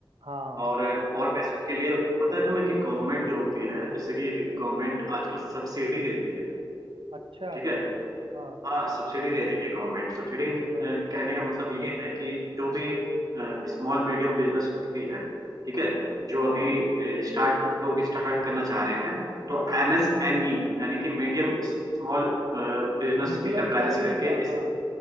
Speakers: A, on the right (about 75°); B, on the right (about 45°).
A: हाँ
B: और और पैसे के लिए पता है तुम्हें कि गवर्नमेंट जो होती है जैसे कि गवर्नमेंट आजकल सब्सिडी देती है
A: अच्छा
B: ठीक है
A: हाँ
B: हाँ सब्सिडी दे रही है गवर्नमेंट सब्सिडी
A: हाँ
B: कहने का मतलब ये है कि जो भी स्मॉल मीडियम बिजनेस होती है ठीक है जो
A: हाँ
B: अभी स्टार्ट लोग स्टार्ट करना चाह रहे हैं तो एमएसएमई यानी कि मीडियम स्मॉल बिजनेस
A: Medium
B: इंटरप्राइजेस
A: size
B: करके
A: हाँ
B: इस